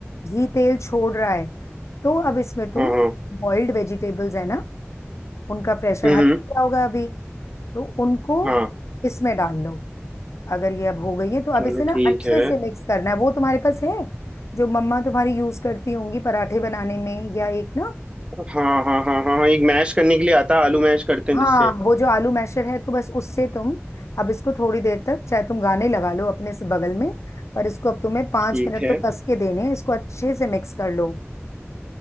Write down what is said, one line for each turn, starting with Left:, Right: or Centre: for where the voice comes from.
Left: घी तेल छोड़ रहा है तो अब इसमें तुम
Right: हाँ हाँ
Left: बॉइल्ड वेजिटेबल्स है ना उनका प्रेशर
Right: हम्म
Left: हट
Right: हम्म
Left: गया होगा अभी तो उनको
Right: हाँ
Left: इसमें डाल लो अगर ये अब हो गई है तो अब
Right: चलो
Left: इसे ना
Right: ठीक
Left: अच्छे
Right: है
Left: से मिक्स करना है वो तुम्हारे पास है जो मम्मा तुम्हारी यूज करती होंगी पराठे बनाने में या एक ना
Right: हाँ हाँ हाँ हाँ हाँ एक मैश करने के लिए आता है आलू मैश करते हैं
Left: हाँ
Right: जिससे
Left: वो जो आलू मैशर है तो बस उससे तुम अब इसको थोड़ी देर तक चाहे तुम गाने लगा लो अपने से बगल में पर इसको अब तुम्हें पांच
Right: ठीक
Left: मिनट
Right: है
Left: तो कस के देने हैं इसको अच्छे से मिक्स कर लो